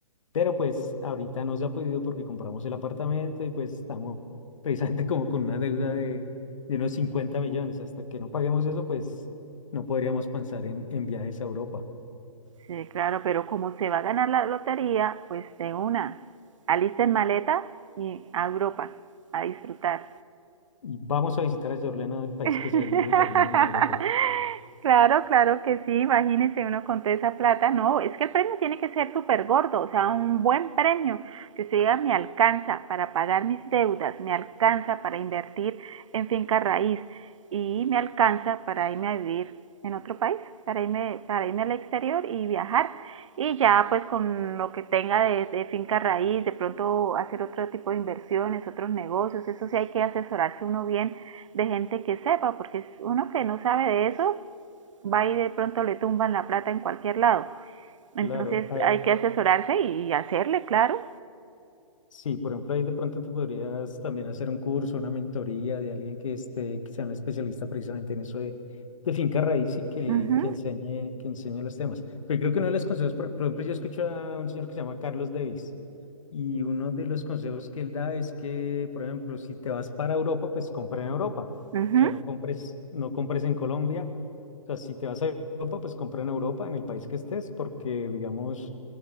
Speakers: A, on the left (about 60°); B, on the right (about 60°).
A: Pero pues ahorita no se ha podido porque compramos el apartamento y pues estamos <laughs> precisamente como con una deuda de, de unos 50 millones. Hasta que no paguemos eso, pues no podríamos pensar en, en viajes a Europa.
B: Sí, claro, pero como se va a ganar la lotería, pues de una. Alisten maleta y a Europa a disfrutar.
A: Y vamos a visitar a Jorlena, el país
B: <laughs>
A: que se ha ido Jorlena en Europa.
B: Claro, claro que sí, imagínese uno con toda esa plata, no, es que el premio tiene que ser súper gordo, o sea, un buen premio, que usted diga, me alcanza para pagar mis deudas, me alcanza para invertir en finca raíz y me alcanza para irme a vivir en otro país, para irme, para irme al exterior y viajar. Y ya pues con lo que tenga de, de finca raíz, de pronto hacer otro tipo de inversiones, otros negocios, eso sí hay que asesorarse uno bien de gente que sepa, porque es uno que no sabe de eso va y de pronto le tumban la plata en cualquier lado. Entonces
A: Claro, a-
B: hay que asesorarse y hacerle, claro.
A: Sí, por ejemplo, ahí de pronto te podrías también hacer un curso, una mentoría de alguien que esté, que sea un especialista precisamente en eso de, de finca raíz y que,
B: Ujú,
A: que enseñe, que enseñe los temas. Pero creo que uno de los consejos, por por ejemplo, yo escucho a un señor que se llama Carlos Davis y uno de los consejos que él da es que, por ejemplo, si te vas para Europa, pues compra en Europa.
B: ujú,
A: O sea, no compres, no compres en Colombia. O sea, si te vas a Europa, pues compra en Europa, en el país que estés, porque, digamos...